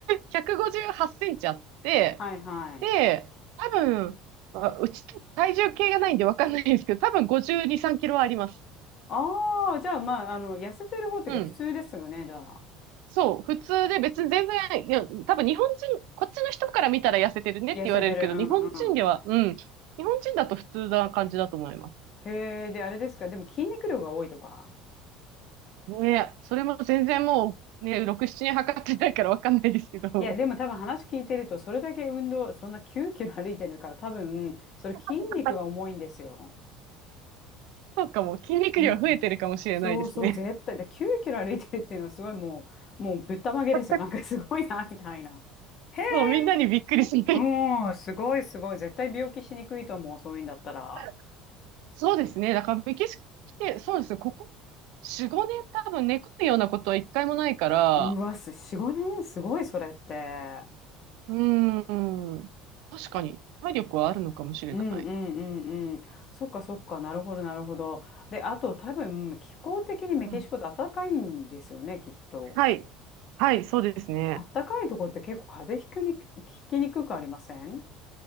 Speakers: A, on the right; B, on the left.
A: 158センチあって、
B: はいはい。
A: で、多分、あうち体重計がないんでわかんないんですけど、多分52、3キロはあります。
B: ああ、じゃあまあ、あの、痩せてる方っていうか普通ですよね、
A: うん。
B: じゃあ。
A: そう、普通で別に全然、いや、多分日本人、こっちの人から見たら痩せてるねって言われるけど、
B: 痩せてる。
A: 日本人では、
B: うんうん。
A: うん、日本人だと普通な感じだと思います。
B: へえ、で、あれですか、でも筋肉量が多いとか。
A: ねえ、それも全然もう、ね、6、7年測ってないからわかんないですけど、
B: いや、でも多分話聞いてると、それだけ運動、そんな9キロ歩いてるから、多分、それ筋肉が重いんですよ。
A: <laughs> そうかも、筋肉量増えてるかもしれないですね。
B: うん、そうそう、絶対。で、9キロ歩いてるっていうのはすごいもう、もうぶったまげですよ。
A: <laughs>
B: なんかすごいな、みたいな。へえ、
A: そう、みんなにびっくりする。
B: うん、すごいすごい。絶対病気しにくいと思う、そういうんだったら。
A: <laughs> そうですね、だからメキシコ来て、そうですね、ここ4、5年多分寝込むようなことは一回もないから、
B: うわ、す、4、5年すごい、それって。
A: うーん、確かに体力はあるのかもしれない。
B: うんうんうんうん。そっかそっか、なるほどなるほど。で、あと多分、気候的にメキシコって暖かいんですよね、
A: うん。
B: きっと。
A: はい。はい、そうですね。
B: 暖かいとこって結構風邪ひきに、ひきにくくありません